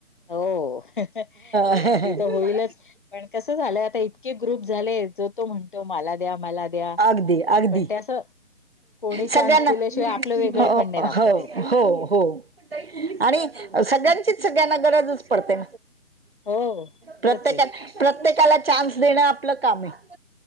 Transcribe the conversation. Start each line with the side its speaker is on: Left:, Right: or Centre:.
Left: हो नाही
Right: तिलाच
Left: ती तर होईलच पण कसं झालंय आता इतके ग्रुप झाले जो तो म्हणतो मला द्या मला द्या
Right: अगदी अगदी
Left: पण ते अस कोणी चान्स
Right: सगळ्यांना
Left: दिल्याशिवाय आपलं वेगळेपण
Right: हो
Left: नाही दाखवता
Right: हो
Left: येत
Right: हो हो आणि सगळ्यांचीच सगळ्यांना गरजच पडते
Left: हो खरंच
Right: प्रत्येका
Left: आहे
Right: प्रत्येकाला चान्स देणं आपलं काम हाय